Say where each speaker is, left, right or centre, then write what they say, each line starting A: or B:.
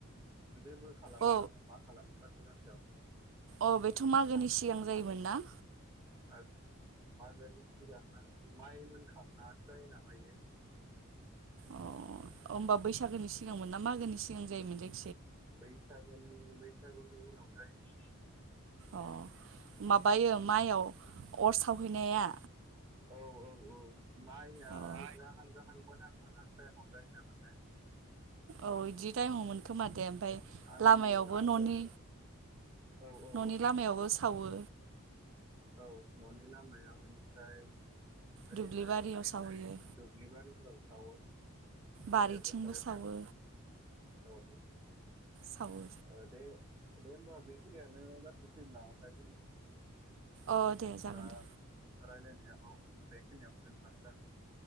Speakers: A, on the right (about 20°); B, on the right (about 60°).
A: जेबो खालामा
B: औ
A: नामा मा खालामो खाथि गासायाव
B: अ बेथ' मागोनि
A: था-
B: सिगां जायोमोन ना
A: आ मागोनि सिगां ना माइ मोनखांनासो जायो नामा बे
B: अ होमबा बैसागोनि सिगांमोन ना मागोनि सिगां जायोमोन जायो
A: बैसागुनि बैसागुनि उनावनो जायो।
B: अ माबायो माइआव अर सावहैनाया
A: औ औ औ माइया
B: अ
A: जाहां जाहां मोनहां मोनहां टाइमाव जायो नामाथाय
B: औ बिदि टाइमावमोनखोमा देम ओमफ्राय
A: आंबो
B: लामायावबो
A: आंबो
B: न'नि
A: एसे औ औ
B: न'नि लामायावबो सावो।
A: औ न'नि लामायाव इनिफ्राय ओरैहाय
B: दुब्लि बारियाव सावहैयो
A: दुब्लिबारिफोराव औ
B: बारिथिंबो
A: <unintelligible>
B: सावो
A: थाना औ औ
B: सावो
A: ओ दे। दे होमबा बेखिनियावनो जाथ'सैगोन नामा ओमफाय दिनि।
B: अ दे जागोन
A: दा
B: दे
A: रायलायनाया औ औ। बेखिनियावनो दोनथ' जाबायनो।